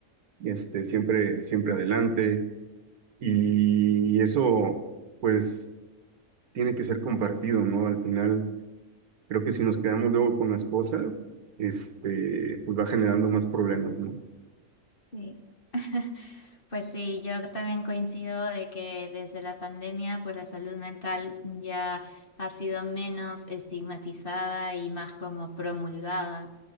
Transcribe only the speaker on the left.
Sí. <laughs> Pues sí, yo también coincido de que desde la pandemia, pues la salud mental ya ha sido menos estigmatizada y más como promulgada.